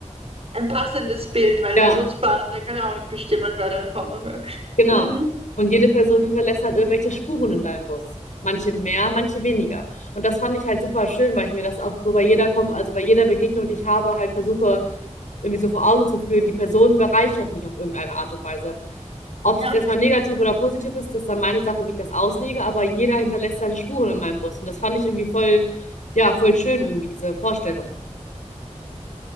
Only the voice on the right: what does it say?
Ein passendes Bild, weil
der Busfahrer, der kann ja auch nicht bestimmen, wer da kommt. und wer-
Mhm.
Ja.